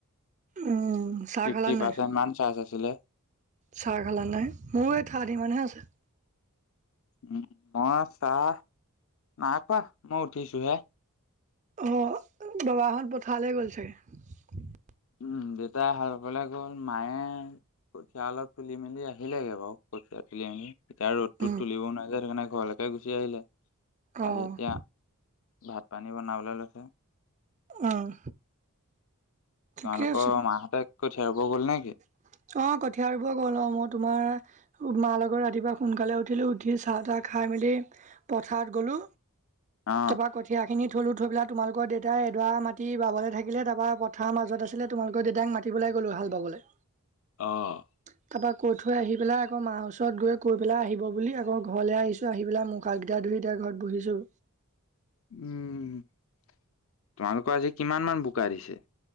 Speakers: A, on the right; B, on the left.
A: উম, চাহ
B: ফিফটি
A: খালা নাই?
B: পাৰ্চেন্ট মান চাৰ্জ আছিলে।
A: চাহ খালা নাই? মোৰ এ থাৰ্টি মানহে আছে।
B: উম, মই চাহ নাই খোৱা মই উঠিছোহে।
A: অ', বাবাহঁত পথাৰলে গ'ল চাগে।
B: উম, দেউতাই সালফালে গ'ল মায়ে কঠীয়া অলপ তুলি মেলি আহিল লোগে বাৰু কঠীয়া তুলি আনি। এতিয়া ৰ'দতো
A: উম,
B: তুলিবও নোৱাৰ যে সেইকাৰণে ঘৰলৈকে গুচি আহিলে।
A: অ'।
B: আহি এতিয়া ভাত পানী বনাবলৈ লৈছে।
A: উম। ঠিকে
B: তোমালোকৰ
A: আছে।
B: মাহঁতে কঠীয়া ৰুব গ'ল নে কি?
A: অ', ঠিয়াৰ পৰা গল মই তোমাৰ মা লগৰ ৰাতিপুৱা সোনকালে উঠিলো উঠি চাহ তাহ খাই মেলি পথাৰত গ'লো,
B: অ
A: তাপা কঠিয়া সেইিনি থলোঁই তোালোকৰ দেউতাই এডৰা মাটতি বাবলৈ থিলে তাৰপৰা পথাৰ মাজত আছিলে তোমালোকৰ দেউাক মাতি পেলাই গ'লোঁ হাল বাবলৈ।
B: অ'।
A: তাৰ পৰাৰা কৈ থৈ আহি পেলাই আকৌ মাৰ ওচৰত গৈ কৈ পেলাই আহিব বুলি আকৌ ঘৰলৈ আহিছো আহি পেলাই মুখ হাত গিতা ধু তিয়া ঘৰত বহিছোঁ।
B: উম, তোমালোকৰ আজি কিমান মান বোকা দিছে?